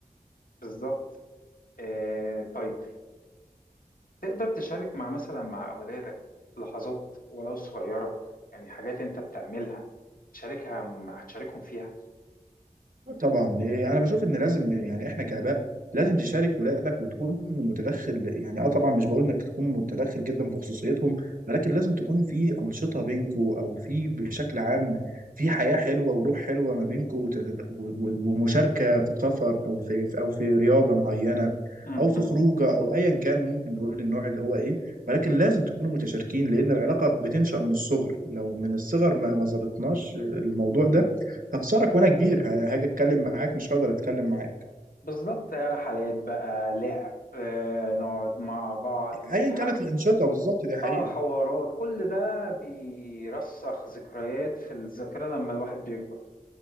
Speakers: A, on the left; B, on the right.
A: بالظبط آه، طيب تقدر تشارك مع مثلا مع أولادك لحظات ولو صغيرة يعني حاجات أنت بتعملها تشاركها مع تشاركهم فيها
B: طبعا إيه، انا بشوف ان لازم يعني احنا كاباء لازم تشارك ولادك وتكون متدخل يعني اه طبعا مش بقول انك تكون متدخل جدا في خصوصيتهم ولكن لازم تكون في انشطه بينكوا او في بشكل عام في حياه حلوه وروح حلوه ما بينكوا وتت- و- و- ومشاركه في سفر او في او في رياضه معينه
A: امم
B: او في خروجه او ايا كان ممكن نقول النوع اللي هو ايه ولكن لازم تكونوا متشاركين لان العلاقه بتنشا من الصغر لو من الصغر ما ما ظبطناش الموضوع ده هخسرك وانا كبير ه- هاجي اتكلم معاك مش هقدر اتكلم معاك
A: بالظبط رحلات بقى لعب آه، نقعد مع بعض نضحك
B: ايا كانت الانشقه بالظبط دي حقيقه
A: اه حوارات كل ده بيرسخ ذكريات في الذاكرة لما الواحد بيكبر